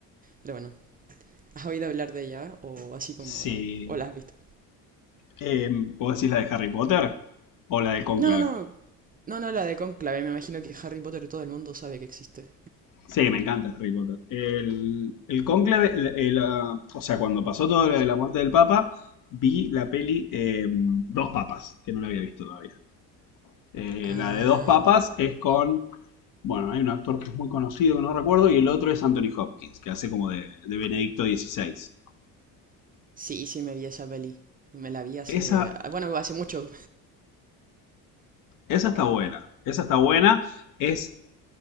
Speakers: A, on the right; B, on the left.
A: pero bueno, ¿has oído hablar de ella o así como...
B: Sí,
A: o la has visto?
B: Eh, ¿Vos decís la de Harry Potter o la de Cónclave?
A: No, no, no, no, no, la de Conclave, me imagino que Harry Potter todo el mundo sabe que existe.
B: Sí, me encanta Harry Potter. El, el Cónclave, el- el, ah, o sea, cuando pasó todo lo de la muerte del Papa, vi la peli eh, Dos Papas, que no la había visto todavía. Eh,
A: Ah,
B: la de Dos Papas es con, bueno, hay un actor que es muy conocido, que no recuerdo, y el otro es Anthony Hopkins, que hace como de, de Benedicto XVI.
A: sí, sí me vi esa peli, me la vi hace...
B: Esa,
A: ah, bueno, hace mucho,
B: esa está buena, esa está buena, es